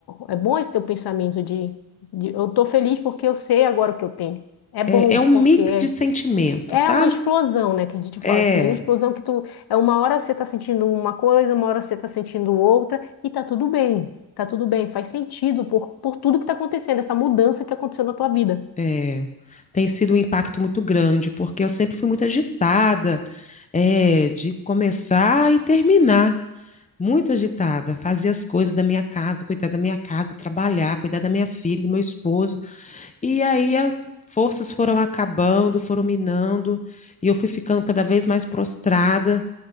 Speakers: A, on the left; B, on the left.
A: é bom esse teu pensamento de de- Eu tô feliz porque eu sei agora o que eu tenho. É bom,
B: é, é um
A: porque
B: mix de sentimentos,
A: é
B: sabe?
A: uma explosão, né? Que a gente fala
B: É,
A: assim, é uma explosão que tu... É uma hora você tá sentindo uma coisa, uma hora você tá sentindo outra, e tá tudo bem. Tá tudo bem, faz sentido por, por tudo que tá acontecendo, essa mudança que aconteceu na tua vida.
B: é, tem sido um impacto muito grande, porque eu sempre fui muito agitada, é, de começar e terminar. muito agitada, fazia as coisas da minha casa, cuidar da minha casa, trabalhar, cuidar da minha filha, do meu esposo. E aí as forças foram acabando, foram minando, e eu fui ficando cada vez mais prostrada.